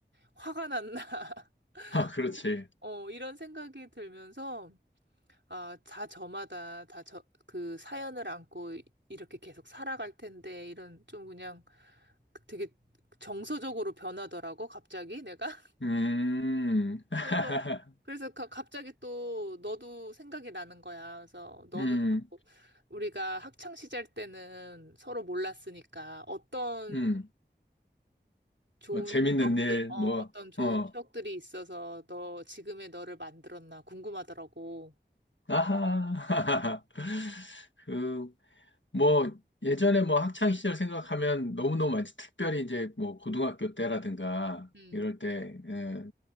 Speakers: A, on the right (about 75°); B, on the left (about 80°).
A: 화가 났나, <laughs>
B: 아, 그렇지.
A: 어, 이런 생각이 들면서, 아, 다 저마다 다 저, 그 사연을 안고 이- 이렇게 계속 살아갈 텐데, 이런 좀 그냥 되게 정서적으로 변하더라고, 갑자기 내가. <laughs>
B: 음. <laughs>
A: 그래서, 그래서 가- 갑자기 또 너도 생각이 나는 거야. 그래서 너는
B: 음,
A: 또 우리가 학창 시절 때는 서로 몰랐으니까 어떤
B: 음.
A: 좋은
B: 뭐, 재밌는
A: 추억들,
B: 일,
A: 어,
B: 뭐,
A: 어떤 좋은
B: 어.
A: 추억들이 있어서 너, 지금의 너를 만들었나 궁금하더라고.
B: 아하. <laughs> 그, 뭐, 예전에 뭐 학창 시절 생각하면 너무너무 많지. 특별히 이제 뭐 고등학교 때라든가
A: 음,
B: 이럴 때, 예,